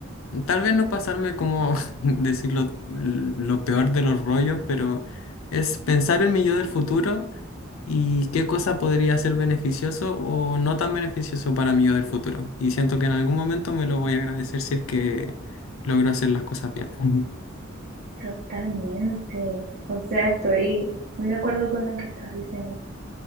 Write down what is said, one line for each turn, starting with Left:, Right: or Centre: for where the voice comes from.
Left: tal vez no pasarme como <laughs> decirlo lo peor de los rollos, pero es pensar en mi yo del futuro ¿Y qué cosa podría ser beneficioso o no tan beneficioso para mí yo del futuro? Y siento que en algún momento me lo voy a agradecer si es que logro hacer las cosas bien. Ujú.
Right: Totalmente. O sea, estoy muy de acuerdo con lo que estás diciendo,